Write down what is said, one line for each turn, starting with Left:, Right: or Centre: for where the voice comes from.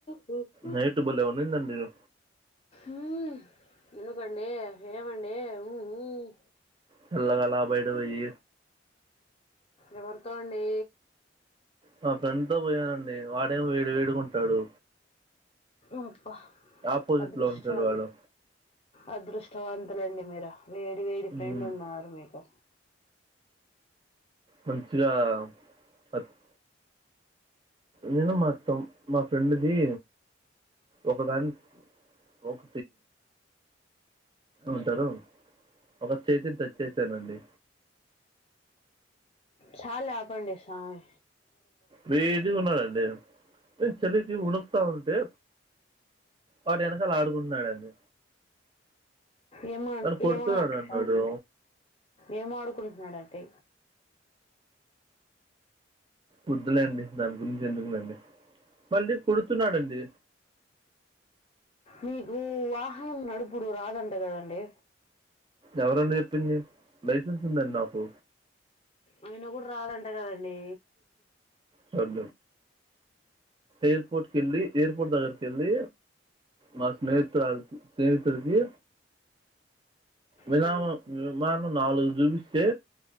Left: హుహు
Right: నైట్ బలేవందండిరు
Left: ఉమ్ నినుకండే ఏమండే హు హుమ్మ్
Right: సల్లగలా బయటపోయి
Left: ఎవరితోండి
Right: మా ఫ్రెండ్తో పోయానండి వాడేం వేడి వేదిగుంటాడు
Left: అప్పా
Right: ఆపోజిట్లో
Left: అదృష్టం
Right: ఉంటాడు
Left: అం
Right: వాడు
Left: అదృష్టవంతులండి మీరు వేడి వేడి ఫ్రెండ్
Right: మ్మ్.
Left: ఉన్నారు మీకు
Right: మంచిగా అత్- నేను మాతం మా ఫ్రెండ్ది ఒక దాన్ ఒక ఉంటరు ఒక చేతిని టచ్ చేశానండి
Left: చాలప్పడి సామీ
Right: వేడిగా ఉన్నధండి నే చలికి ఉణకుతా ఉంటే వాడేనకాల ఆడుకుంటున్నడుండి
Left: ఏమ
Right: నన్ను కొడుతున్నాడు
Left: ఏం ఆడుండి
Right: అన్నాడు
Left: ఏం ఆడుకుంటున్నడుంటే
Right: వద్దులే అండి దాని గురించి ఎందుకునండి మళ్ళీ కుడుతున్నాడండి
Left: మీకు వాహనం నడుపుడు రాదంట కదండి
Right: ఎవరన్నీప్పింది లైసెన్స్ ఉందండి నాకు
Left: ఆయన కూడా రాదంట కదండీ
Right: సర్ ఏయిర్పోర్ట్ కిల్లీ ఏర్పోర్ట్ దగర ఏళ్లి నా సెహితురాలు సెహితుడికి విలామ
Left: ఉమ్.
Right: విమానం నాలుగు చూపిస్తే